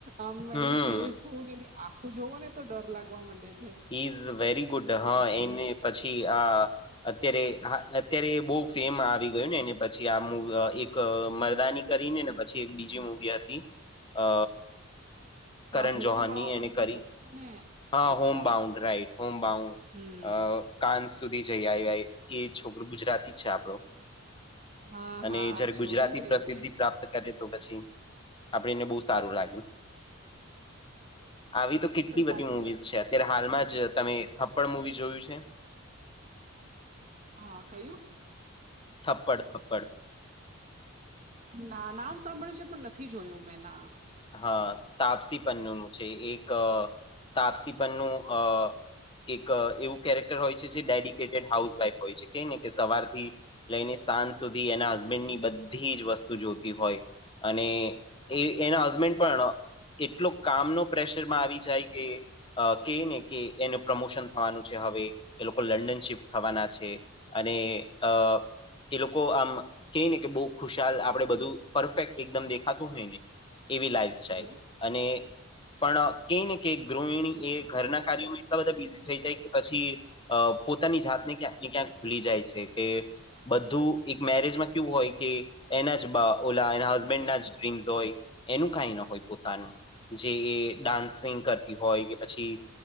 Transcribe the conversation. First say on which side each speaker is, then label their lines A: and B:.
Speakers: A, on the right (about 35°); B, on the left (about 25°).
A: આમ
B: હમ
A: એનો ફેસ જોવું ને એ આખું જોવું ને તો ડર લાગવા માંડે છે.
B: ઈઝ વેરી ગુડ હા એને પછી આ અત્યારે હા અત્યારે બહ ફેમ આવી ગયયો ને એ પછી આ મુ એક એક મરદાની કરીને ને પછી એક બીજી મૂવી હતી અ કરણ
A: હા હોમ
B: જોહાની
A: બાઉન્ડ
B: એને કરી
A: હતું ને
B: હા
A: એક
B: હોમ
A: અ
B: બાઉન્ રાઈટ હોમમ બાઉ
A: હમ
B: અ કાન સુધી જઈ આવ એ છોકરોું ગુજરાતી જ છે આપણો
A: <inaudible>
B: અને
A: હા
B: જયારે
A: જોયું
B: ગુજરાતી પ્રસિદ્ધિ
A: એ મેં
B: પ્રાપ્ત કરે તો પછી આપેને બહુ સારું લાગે. આવી તો કેટલી બધી
A: સાચી
B: મુવીઝ
A: વાત
B: છે. ત્યારે હાલમાં જ તમે થપ્પડ મૂવી જોયું છે?
A: હા કયું?
B: થપ્પડ થપ્પડ.
A: ના નામ સાંભળ્યું છે પણ નથી જોયું મેં ના.
B: હા તાપસી પન્નુ છે એક તાપસી પન્નું અ એક એવું કેરેક્ટર હોય છે
A: હા
B: જે ડેડિકેટેડ
A: હા
B: હાઉસ વાઈફ હોય છે કે ને કે સવારથી લઈને સાંજ સુધી એના હસબેન્ડ ની બધી જ વસ્તુ જોતી હોય અને
A: અચ્છા
B: એ એના હસબેન્ડ પણ એટલો કામનો પ્રેશરમાં આવી જાય કે અ કે ને કે એને પ્રમોશન થવાનું છે હવે એ લોકો લંડન શિફ્ટ થવાના છે. અને અ એ લોકો આમ ક ને કે બહુ ખુશાલ આપડે બધું પરફેક્ટ એકદમ દેખાતું હોય ને એવી લાઈફ સ્ટાઇલ
A: હમ
B: અને પણ કેય ને કે ગૃહિણી એ ઘરના કાર્યોમાં એટલા બધા બિઝી થઈ જાય કે પછી અ પોતાની જાતને ક્યાંક ને ક્યાંક ભૂલી જાય છે કે બધું એક મેરેજમાં કેવું હોય કે એના જ ઓલા એના હસબેન્ડ ના જ ડ્રીમ્સ હોય એનું કાઈ ન હોય પોતાનું જે એ ડાન્સિંગ કરતી હોય કે પછી